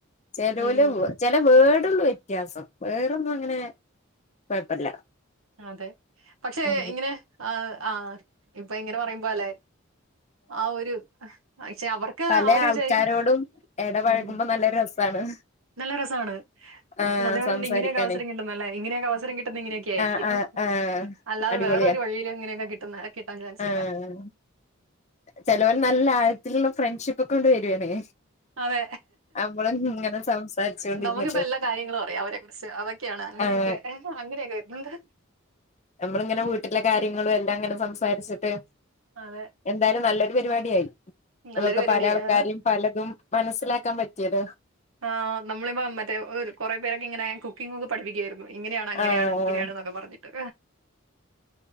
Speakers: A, on the left; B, on the right.
A: ചെലോല്
B: ഉം
A: ചെല വേ ള്ളൂ വ്യത്യാസം വേറൊന്നും അങ്ങനെ കൊഴപ്പല്ല
B: അതെ പക്ഷെ
A: ഉം
B: ഇങ്ങനെ ആ ആഹ് ഇപ്പൊ ഇങ്ങനെ പറയുമ്പോ ല്ലെ ആ ഒരു പക്ഷെ അവർക്ക്
A: പലേ
B: അവര്
A: ആൾക്കാരോടും
B: വിചാരിക്കും
A: എടപഴകുമ്പ
B: ഉം
A: നല്ല രസാണ്
B: നല്ല രസവാണ്
A: ആഹ്
B: സത്ത്യ പറഞ്ഞ്
A: സംസാരിക്കാന്
B: ഇങ്ങനെയൊക്കെ അവസരം കിട്ടുന്നല്ലേ ഇങ്ങനെയൊക്കെ അവസരം കിട്ടുന്ന ഇങ്ങനെയൊക്കെ ആയിരിക്കും
A: ആഹ് ആഹ് ആഹ്
B: അല്ലാതെ
A: അടിപൊളിയാ
B: വേറരു വഴിയിലും ഇങ്ങനെയൊക്കെ കിട്ടുന്ന കിട്ടാൻ ചാൻസില്ല
A: ആഹ് ചെലോല് നല്ല ആഴത്തിലുള്ള ഫ്രണ്ട്ഷിപ്പ് ഒക്കെ ടെ വരുവാണേ
B: അതെ
A: നമ്മള് ഇങ്ങനെ സംസാരിച്ചോണ്ടിരുന്നിട്ട്
B: നമുക്കിപ്പോ എല്ലാ കാര്യങ്ങളും അറിയാം അവരെ കുറിച്ച് അതൊക്കെയാണ് അങ്ങനെയൊക്കെഏ
A: ആഹ്
B: അങ്ങനെയൊക്കെ വരുന്നുണ്ട്
A: നമ്മള് ഇങ്ങനെ വീട്ടിലെ കാര്യങ്ങളും എല്ലാം ഇങ്ങനെ സംസാരിച്ചിട്ട്
B: അതെ
A: എന്തായാലും നല്ല ഒരു പരിപാടിയായി
B: നല്ലൊരു
A: നമുക്ക്
B: പരിപാടിയാ
A: പല ആൾക്കാരും പലതും മനസ്സിലാക്കാൻ പറ്റിയത്
B: ആ നമ്മളിപ്പ മറ്റേ കുറെേ പേരൊക്കെ ഇങ്ങനെ കുക്കിംഗ് ഒക്കെ പഠിപ്പിക്കുയായിരുന്നു ഇങ്ങനെയാണ് അങ്ങനെയാണ്
A: ആഹ്
B: ഇങ്ങനെയാണ എന്നൊക്കെ പറഞ്ഞിട്ട്